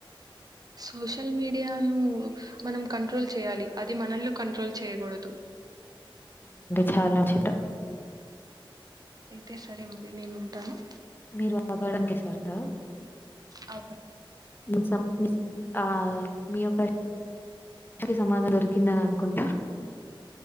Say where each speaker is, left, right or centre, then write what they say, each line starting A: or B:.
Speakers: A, on the right (about 45°); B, on the left (about 20°).
A: సోషల్ మీడియాను మనం కంట్రోల్ చేయాలి. మనల్ని కంట్రోల్ చేయకూడదు.
B: చాలాచ్చట
A: అయితే సరే మరి నేనుంటాను.
B: మీరు ఆగాడానికెసారా
A: ఆ
B: మునషం మిస్ ఆ మీ యొక్క సమాధా దొరికి తిన్నాను అనుకుంటా